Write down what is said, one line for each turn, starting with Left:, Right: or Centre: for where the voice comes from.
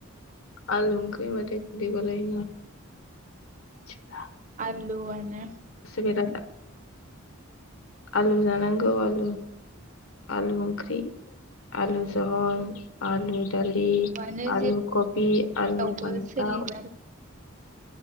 Left: आलु ओंख्रि होन बाथाय <inaudible>
Right: आलुआनो
Left: बिराद आलु जानांगौ आलु आलु ओंख्रि आलु जहल आलु दालि
Right: आलुआनो
Left: आलु कबि
Right: जेरावबो
Left: आलु फान्थ
Right: सोलियो